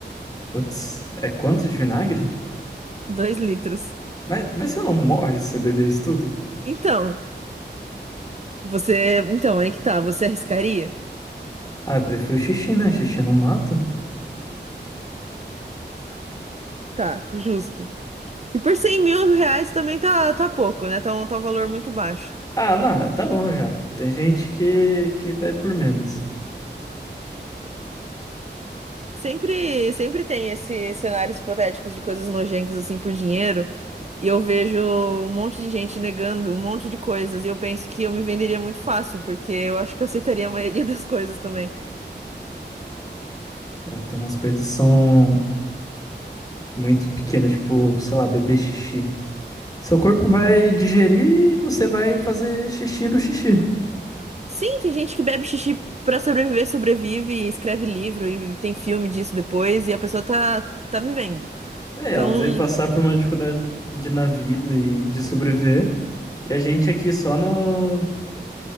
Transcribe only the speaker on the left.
Putz, é quanto de vinagre?
Mas, mas você não morre se você beber isso tudo?
Ah, eu prefiro xixi, né? Xixi não mata.
Ah, não, é, tá bom já. Tem gente que, que bebe por menos.
É, tem umas coisas que são muito pequenas, tipo, sei lá, beber xixi. Seu corpo vai digerir e você vai fazer xixi do xixi.
É,
ela teve que passar por uma dificuldade de- na vida e de sobreviver. E a gente aqui só no,